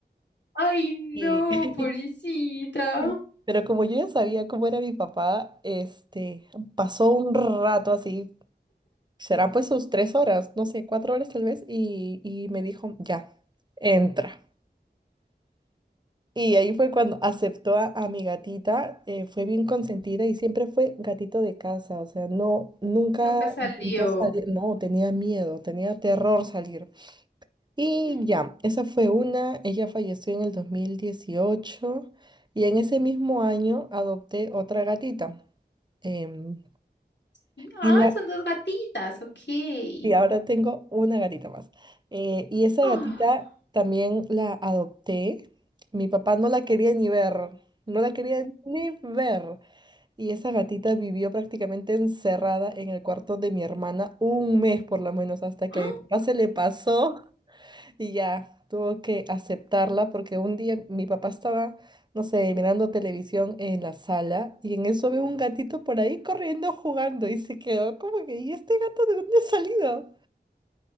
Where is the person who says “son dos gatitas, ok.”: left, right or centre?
Left